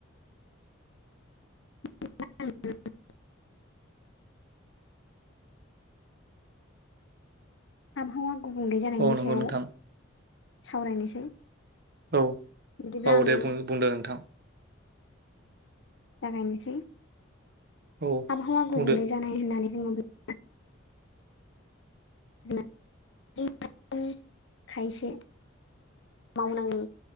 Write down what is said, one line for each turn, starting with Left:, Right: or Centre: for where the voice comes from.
Left: <unintelligible> आबहावा गुबुंले जानायनि
Right: औ नंगौ
Left: सायाव
Right: नोंथां
Left: सावरायनोसै
Right: औ
Left: बिदिब्ला
Right: औ
Left: आङो
Right: दे बुं बुंदो नोंथां
Left: जागायनोसै
Right: औ
Left: आबहावा गुबुंले
Right: बुंदो
Left: जानाय होननानै बुङोब्ला <unintelligible> खायसे मावनांगौ